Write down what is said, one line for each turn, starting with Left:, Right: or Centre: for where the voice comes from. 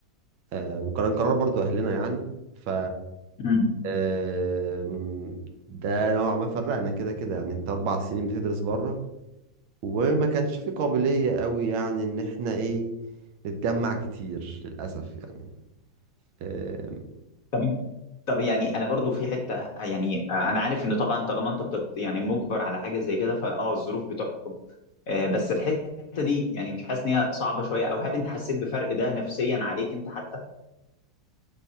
Right: أه وكان قرار برضه اهلنا يعني ف
Left: امم
Right: آم، ده نوعا ما فرقنا كده كده يعني انت اربع سنين بتدرس بره وما كانش في قابلية قوي يعني ان احنا ايه نتجمع كتير للأسف يعني آم،
Left: طب طب يعني انا برضو في حتة يعني انا عارف ان طبعا طالما انت بتت يعني مجبر على حاجة زي كده فاه الظروف بتحكم آه بس الحتة دي يعني مش حاسس ان هي صعبة شوية او هل انت حسيت بفرق ده نفسيا عليك انت حتى؟